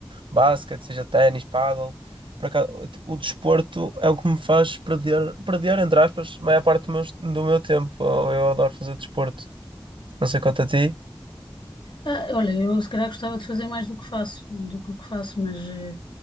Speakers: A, on the right (about 80°); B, on the left (about 70°).
A: basquete, seja ténis, pádel, por acaso o t- o desporto é o que me faz perder, perder entre aspas, a maior parte do meu, do meu tempo, eu eu adoro fazer desporto, não sei quanto a ti.
B: Ah, olha, eu se calhar gostava de fazer mais do que faço, do que o que faço, mas, eh,